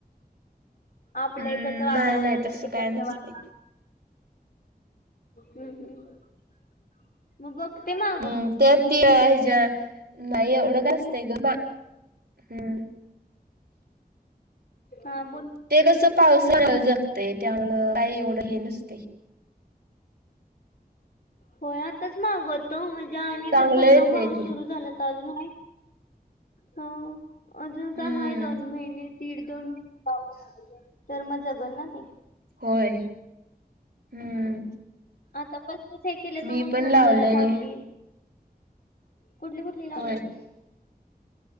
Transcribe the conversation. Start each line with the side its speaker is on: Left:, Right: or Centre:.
Left: आपल्याइकडचं
Right: हम्म
Left: वातावरण
Right: नाही नाही तसं
Left: तिकडच
Right: काय नसतंय.
Left: वाताव हम्म हम्म. मग बघते मा
Right: हम्म त्या ते अ हेज्या नाही येवड का असतयं गं बा हं.
Left: हा बोल.
Right: ते कसं पावसावर जगतय त्यामुळं काय एवढं हे नसतयं.
Left: होय आताच मागवतो म्हणजे आणि
Right: चांगलं
Left: जर पुन्हा
Right: येतंय
Left: पाऊस
Right: ते
Left: सुरू झाला अजून आहे हो अजून
Right: हम्म
Left: काय हाय दोन महिने. तिकड दोन महिने पाऊस तर मग जगल ना ते.
Right: होय हम्म.
Left: आतापासनचं हे केलं
Right: मी
Left: तर मग
Right: पण
Left: पुढे
Right: लावलंय
Left: जरा चांगली ईल. कुठली कुठली लावल्यातस?
Right: होय.